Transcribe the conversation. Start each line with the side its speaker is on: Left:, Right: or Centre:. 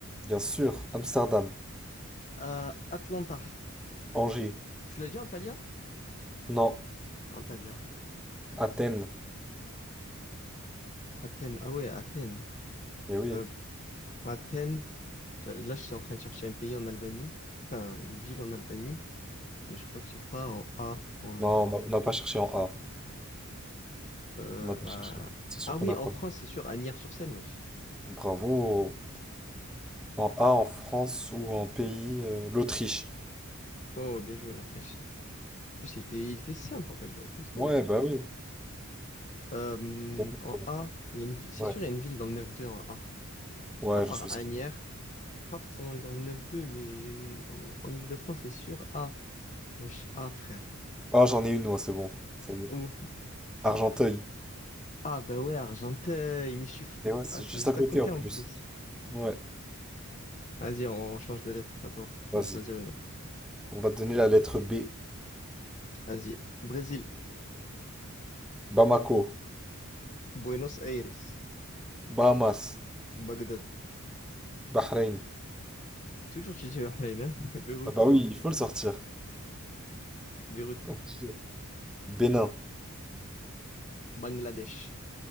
Centre: Bien sûr, Amsterdam,
Left: à Atlanta.
Centre: Angers,
Left: Tu l'as dit, Antalya?
Centre: Nantes,
Left: Antalya.
Centre: Athènes.
Left: Athènes. Ah ouais, Athènes.
Centre: Eh oui.
Left: Euh, Athènes. J'a- Là, je suis en train de chercher un pays en Albanie. Enfin, une ville en Albanie. Mais je crois que j'ai pas en A en
Centre: Non,
Left: Albanie.
Centre: on n'a on n'a pas cherché en A.
Left: Euh,
Centre: On n'a pas
Left: bah...
Centre: cherché. C'est sûr
Left: Ah
Centre: qu'on
Left: oui,
Centre: n'a
Left: en
Centre: pas.
Left: France, c'est sûr. Agnières-sur-Seine, wesh.
Centre: Bravo. En A, en France ou en pays, euh, l'Autriche.
Left: Oh, bien joué, l'Autriche. En plus, il était, il était simple, en fait. J'aurais pu le trouver.
Centre: Ouais, bah oui.
Left: Euh,
Centre: T'as pas de
Left: en
Centre: problème.
Left: A, il y a une ville. C'est
Centre: Ouais,
Left: sûr, il y a une ville dans le 9-2 en A.
Centre: ouais,
Left: À part
Centre: j'en suis certain.
Left: Agnières. Pas forcément dans le 9-2, mais dans- en Ile-de-France, c'est sûr. Ah, wesh, ah, frère.
Centre: Ah, j'en ai une, moi, c'est bon. Ça y est.
Left: Ou,
Centre: Argenteuil.
Left: ah, bah ouais, Argenteuil, mais je suis fou.
Centre: Et ouais, c'est
Left: Ah, c'est
Centre: juste
Left: juste
Centre: à côté
Left: à côté
Centre: en plus.
Left: en plus.
Centre: Ouais,
Left: Vas-y, on change de lettre. à toi
Centre: vas-y.
Left: de choisir une lettre.
Centre: On va te donner la lettre B.
Left: Vas-y. Brésil,
Centre: Bamako,
Left: Buenos Aires,
Centre: Bahamas,
Left: Bagdad.
Centre: Bahreïn.
Left: Toujours, tu dis Bahreïn, hein? <laughs> Beyrouth,
Centre: Ah bah oui, il faut le sortir.
Left: Beyrouth,
Centre: Obligé. Bénin,
Left: Bangladesh,